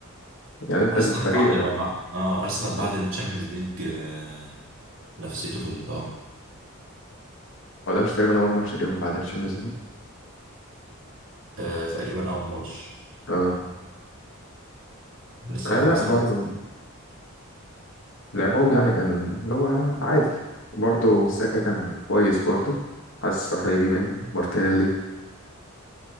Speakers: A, on the left; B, on the right.
A: يعني انت
B: ارسنال
A: الفريق
B: بعد ما بقى اه ارسنال بعد
A: مم.
B: الشامبيونز ليج آه نفسيته في الارض
A: هو ده مش تقريبا أول ماتش ليهم بعد الشامبيونز ليج
B: آه تقريبا اول ماتش
A: اه
B: لسه
A: آه،
B: مخلصين
A: لا برضه لعبهم يعني كان اللي هو عادي وبرضه الساكا كان كويس برضه حاسس راح
B: مم.
A: هيجي منه مارتينيلي